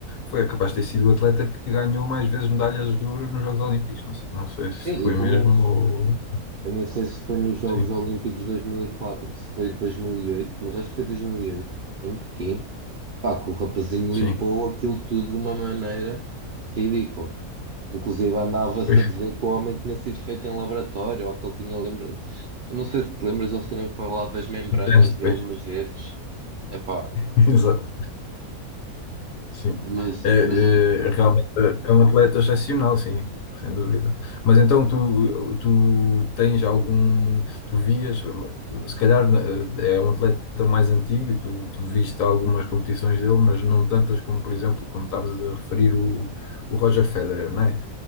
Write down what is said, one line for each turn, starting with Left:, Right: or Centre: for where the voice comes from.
Left: foi é capaz de ter sido o atleta que ganhou mais vezes medalhas de ouro nos Jogos Olímpicos. Não sei, não sei se
Right: Sim,
Left: foi
Right: e pelo
Left: mesmo
Right: menos,
Left: ou.
Right: eu nem sei se foi nos Jogos
Left: Sim,
Right: Olímpicos de 2004, se foi de 2008, mas acho que foi 2008, em Pequim. Pá, que o rapazinho
Left: sim.
Right: limpou aquilo tudo de uma maneira ridícula. Inclusive andava-se
Left: Foi
Right: a dizer que o homem tinha sido feito em laboratório, ou que ele tinha lembrado. Eu não sei se te lembras eles terem falado das membranas
Left: <laughs> anos depois.
Right: dele nos dedos. Epá,
Left: <laughs> Exato. Sim,
Right: mas,
Left: é,
Right: mas...
Left: é, realmente é um atleta excepcional, sim, sem dúvida. Mas então tu, tu tens algum, tu vias, se calhar eh, é um atleta mais antigo e tu, tu viste algumas competições dele, mas não tantas como, por exemplo, como estavas a referir o, o Roger Federer, não é?